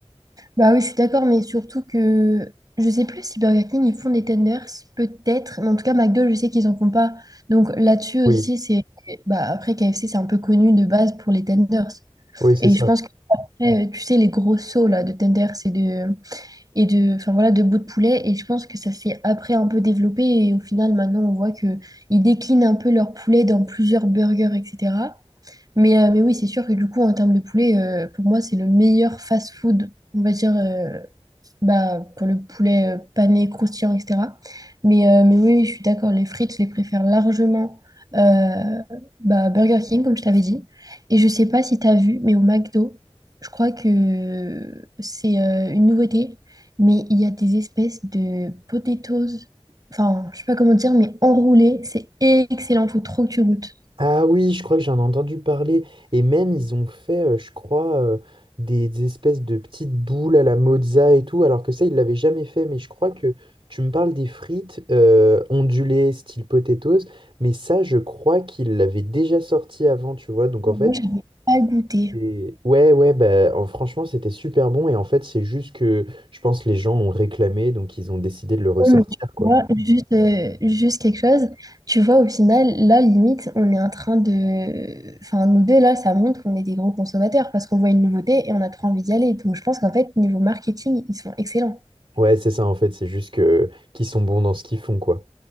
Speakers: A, on the right (about 35°); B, on the right (about 55°).
A: Bah oui, je suis d'accord, mais surtout que je sais plus si Burger King, ils font des tenders, peut-être. Mais en tout cas, McDo, je sais qu'ils en font pas. Donc là-dessus aussi,
B: Oui.
A: c'est... Bah, après, KFC, c'est un peu connu de base pour les tenders.
B: Oui, c'est
A: Et
B: ça.
A: je pense que, tu sais, les gros sauts là, de tenders et de et de, enfin voilà, de bouts de poulet. Et je pense que ça s'est après un peu développé. Et au final, maintenant, on voit que ils déclinent un peu leur poulet dans plusieurs burgers, etc. Mais, euh, mais oui, c'est sûr que du coup, en termes de poulet, euh, pour moi, c'est le meilleur fast-food, on va dire, euh, bah, pour le poulet euh, pané, croustillant, etc. Mais, euh, mais oui, je suis d'accord, les frites, je les préfère largement euh, bah, Burger King, comme je t'avais dit. Et je sais pas si tu as vu, mais au McDo, je crois que c'est euh, une nouveauté, mais il y a des espèces de potatoes, enfin, je sais pas comment dire, mais enroulées, c'est excellent, faut trop que tu goûtes.
B: Ah oui, je crois que j'en ai entendu parler. Et même, ils ont fait, euh, je crois, euh, des espèces de petites boules à la mozza et tout, alors que ça, ils l'avaient jamais fait. Mais je crois que tu me parles des frites euh, ondulées, style potatoes. Mais ça, je crois qu'ils l'avaient déjà sorti avant, tu vois. Donc
A: Moi,
B: en fait,
A: je n'avais pas goûté.
B: et... ouais, ouais, bah, en- franchement, c'était super bon. Et en fait, c'est juste que je pense les gens ont réclamé, donc ils ont décidé de le ressortir,
A: Oh, mais tu
B: quoi.
A: vois, juste, euh, juste quelque chose, tu vois, au final, là, limite, on est en train de... Enfin, nous deux, là, ça montre qu'on est des gros consommateurs parce qu'on voit une nouveauté et on a trop envie d'y aller. Donc, je pense qu'en fait, niveau marketing, ils sont excellents.
B: Ouais, c'est ça en fait, c'est juste que qu'ils sont bons dans ce qu'ils font, quoi.